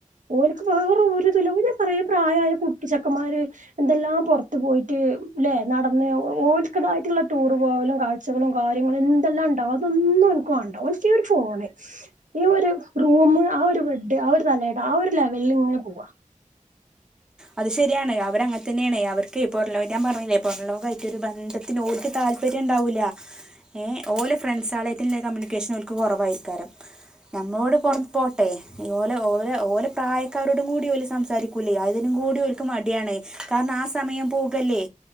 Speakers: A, on the right (about 65°); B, in the centre.
A: ഓൽക്ക് വേറെ ഒരു ഇതുല്ല ഓല് ഒരെ പ്രായായ കു ചെക്കന്മാര് എന്തെല്ലാം പുറത്ത് പോയിട്ട് ല്ലെ നടന്ന് ഓൽക്കതായിട്ടുള്ള ടൂർ പോവലും കാഴ്ചകളും കാര്യങ്ങളും എന്തെല്ലാംണ്ടാവും അതൊന്നും ഓന്ക്ക് വാണ്ട ഓന്ക്ക് ഈ ഒരു ഫോണ് ഈ ഒരു റൂം ആ ഒരു ബെഡ് ആ ഒരു തലയണ ആ ഒരു ലെവലിൽ ഇങ്ങനെ പോവ
B: അത് ശരിയാണ് അവർ അങ്ങനെ തന്നെയാണ് അവർക്കെയ് പുറം ലോകായിട്ട് ഞാൻ പറഞ്ഞില്ലെ പൊറം ലോകായിട്ട് ഒരു ബന്ധ ത്തിന് ഓല്ക്ക് താല്പര്യം ഉണ്ടാവൂല ഏഹ് ഓലെ ഫ്രണ്ട്സളായിറ്റെന്നെള്ള കമ്മ്യൂണിക്കേഷൻ ഓൽക്ക് കുറവായിരിക്കാരം ഞമ്മളോട് പുറത്ത്
A: ഉം
B: പോട്ടെ ഓലെ ഓലെ ഓലെ പ്രായക്കാരോടും കൂടി ഓല് സംസാരിക്കൂലെയ് അത് അതിനും കൂടി ഓൽക്ക് മടിയാണ് കാരണം ആ സമയം പോകല്ലെ